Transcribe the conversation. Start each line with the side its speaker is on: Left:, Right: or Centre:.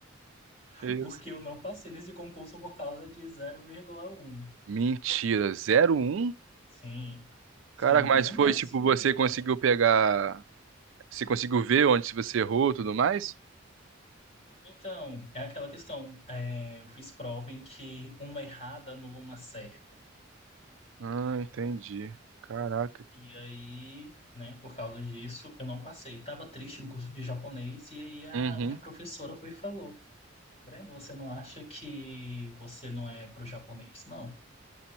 Left: <laughs>
Right: que isso.
Left: porque eu não passei nesse concurso por causa de zero vírgula um
Right: Mentira, 01?
Left: Sim, sim,
Right: Caraca, mas
Left: um
Right: foi
Left: décimo.
Right: tipo você
Left: Eu
Right: conseguiu
Left: não...
Right: pegar, você conseguiu ver onde você errou, e tudo mais?
Left: Então, é aquela questão. é, eu fiz prova em que uma errada anula uma certa.
Right: Ah, entendi. Caraca.
Left: E aí, né, por causa disso, eu não passei. Tava triste no curso de japonês e aí a
Right: Uhum.
Left: minha professora foi e falou: Breno, você não acha que você não é pro japonês? Não.